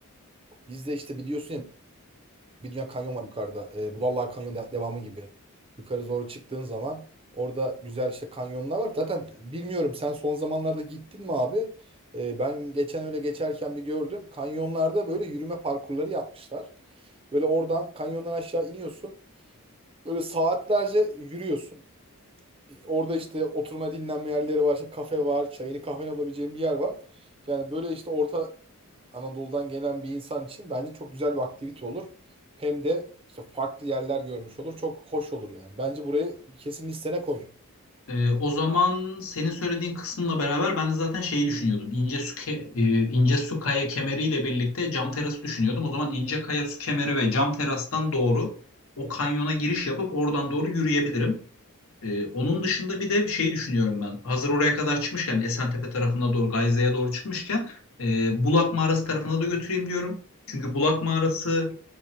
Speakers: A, on the right (about 25°); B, on the left (about 65°).
A: Bizde işte biliyorsun ya Bir dünya kanyon var yukarıda. E, Budallar Kanyon de- devamı gibi. Yukarı doğru çıktığın zaman orada güzel işte kanyonlar var. Zaten bilmiyorum sen son zamanlarda gittin mi abi? E, ben geçen öyle geçerken bir gördüm. Kanyonlarda böyle yürüme parkurları yapmışlar. Böyle oradan kanyondan aşağı iniyorsun. Böyle saatlerce yürüyorsun. E, Orada işte oturma dinlenme yerleri var. işte kafe var. Çayını kahveni alabileceğin bir yer var. Yani böyle işte orta Anadolu'dan gelen bir insan için bence çok güzel bir aktivite olur. Hem de işte farklı yerler görmüş olur. Çok hoş olur yani. Bence burayı kesin listene koy.
B: Ee, o zaman senin söylediğin kısmıyla beraber ben de zaten şeyi düşünüyordum. İnce su ke- e, ince su kaya kemeriyle birlikte cam terası düşünüyordum. O zaman ince kaya su kemeri ve cam terastan doğru o kanyona giriş yapıp oradan doğru yürüyebilirim. Ee, onun dışında bir de bir şey düşünüyorum ben. Hazır oraya kadar çıkmışken Esentepe tarafına doğru Gayze'ye doğru çıkmışken e, Bulak Mağarası tarafına da götüreyim diyorum. Çünkü Bulak Mağarası